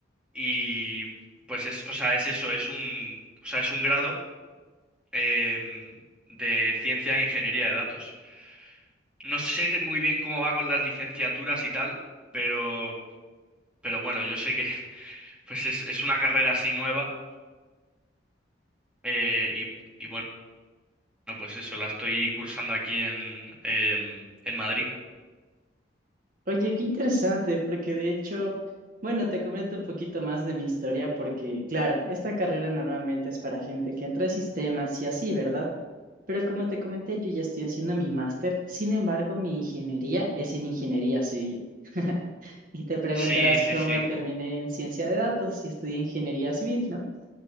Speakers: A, in the centre; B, on the right (about 45°).
A: y pues es, o sea, es eso, es un, o sea, es un grado em, de ciencia e ingeniería de datos. No sé muy bien cómo va con las licenciaturas y tal, pero, pero bueno, yo sé que <laughs> pues es, es una carrera así nueva eh, y, y bueno, pues eso, la estoy cursando aquí en, em, en Madrid.
B: Oye, qué interesante, porque de hecho, bueno, te comento un poquito más de mi historia, porque claro, esta carrera normalmente es para gente que entra a sistemas y así, ¿verdad? Pero como te comenté, yo ya estoy haciendo mi máster, sin embargo, mi ingeniería es en ingeniería civil. <laughs> Y te preguntarás
A: Sí, sí,
B: cómo
A: sí,
B: terminé en ciencia de datos y estudié ingeniería civil, ¿no?